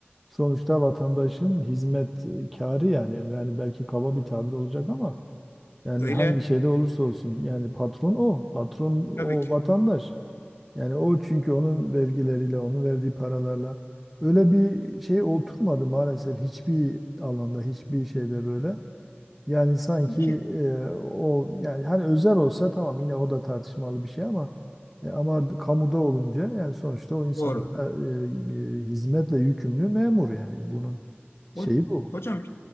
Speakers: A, in the centre; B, on the left.
A: sonuçta vatandaşın hizmet e, yani yani belki kaba bir tabir olacak ama yani
B: Öyle
A: hangi şeyde olursa olsun yani patron o patron
B: tabii
A: o
B: ki.
A: vatandaş yani o çünkü onun vergileriyle onun verdiği paralarla öyle bir şey oturmadı maalesef hiçbir alanda hiçbir şeyde böyle. Yani sanki
B: Bir şey-
A: e, o yani hani özel olsa tamam yine o da tartışmalı bir şey ama e, ama kamuda olunca yani sonuçta o insanlara
B: Doğru.
A: e, e, hizmetle yükümlü memur yani bunun şeyi
B: O,
A: bu.
B: hocam